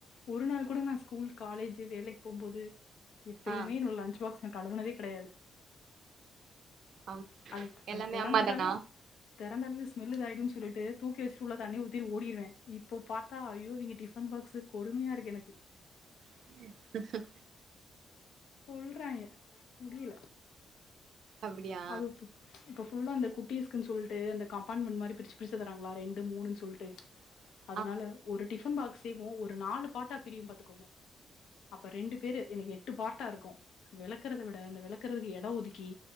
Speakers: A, on the left; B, on the right.
A: ஒரு நாள் கூட நா ஸ்கூல் காலேஜி வேலைக்கு போம்போது இப்பயுமே
B: ஆ
A: என்னோட ல்ன்ச் பாக்ஸ் நா கழுவனதே கெடையாது
B: அம்
A: அது அது
B: எல்லாமே
A: தெறந்துட்டாலே
B: அம்மா தானா
A: தெறந்தாலே ஸ்மெல் இதாயிடும் சொல்லிட்டு தூக்கி வச்சிட்டு உள்ள தண்ணி ஊத்திட்டு ஓடிருவன் இப்போ பாத் தா ஐயோ இவங்க டிஃபன் பாக்ஸ் கொடுமையா இருக்கு எனக்கு
B: உம் உம்
A: கொல்றாங்கே முடியல
B: அப்டியா
A: அதும் இப்போ இப்ப ஃபுல்லா அந்த குட்டீஸ்குன் சொல்ட்டு அந்த கம்பாண்ட்மன் மாரி பிரிச்சி பிரிச்சி தராங்களா ரெண்டு மூணுன் சொல்ட்டு
B: <inaudible> <inaudible>
A: அதனால ஒரு டிஃபன் பாக்ஸயமு ஒரு நாலு பாட்டா பிரியும் பாத்துக்கோங்க அப்ப ரெண்டு பேரு எனக்கு எ ட்டு பார்ட்டா இருக்கும் வெளக்கறத இந்த வெளக்கறதுக்கு எடம் ஒதுக்கி